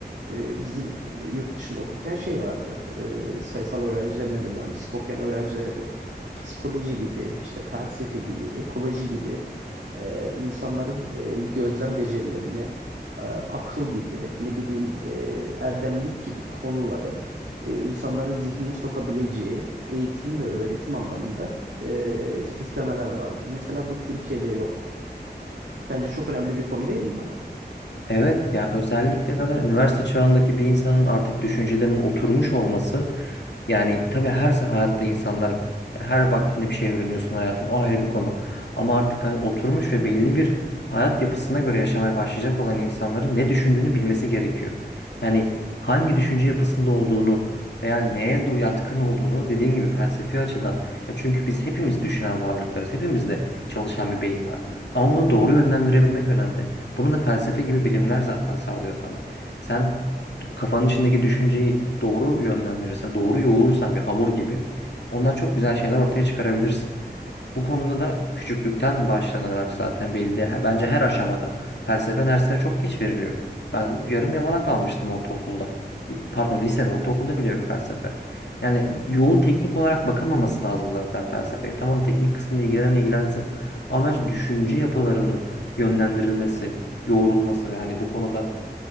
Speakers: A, on the right; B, on the left.
A: e, bizim e, yurt dışında okurken şey vardı. E, sayısal öğrencilerine de mühendislik okuyan öğrencilere de psikoloji gibi, işte felsefe gibi, ekoloji gibi e, insanların e, gözlem becerilerini, e, akıl gibi, ne bileyim e, erdemlik gibi konuları e, insanların zihnine sokabileceği eğitim ve öğretim anlamında e, süslemeler vardı. Mesela bu Türkiye'de yok. Sence çok önemli bir konu değil mi bu?
B: Evet yani özellikle zaten üniversite çağındaki bir insanın artık düşüncelerinin oturmuş olması yani tabii her hayatta insanlar her vaktinde bir şey öğreniyorsun hayatın o ayrı bir konu. Ama artık hani oturmuş ve belli bir hayat yapısına göre yaşamaya başlayacak olan insanların ne düşündüğünü bilmesi gerekiyor. Yani hangi düşünce yapısında olduğunu veya neye du- yatkın olduğunu dediğin gibi felsefi açıdan. Ya çünkü biz hepimiz düşünen varlıklarız. Hepimizde çalışan bir beyin var. Ama bunu doğru yönlendirebilmek önemli. Bunu da felsefe gibi bilimler zaten sağlıyor sana. Sen kafanın içindeki düşünceyi doğru yönlendirirsen, doğru yoğurursan bir hamur gibi ondan çok güzel şeyler ortaya çıkarabilirsin. Bu konuda da küçüklükten başlanarak zaten belli. He- Bence her aşamada felsefe dersleri çok geç veriliyor. Ben yarım yamalak kalmıştım ortaokulda. İ- Pardon lisede ortaokulda bile yok felsefe. Yani yoğun teknik olarak bakılmaması lazım zaten felsefeye. Tamam teknik kısmını ilgilenen ilgilensin. Ama bence düşünce yapılarının yönlendirilmesi, yoğrulması ve hani bu konuda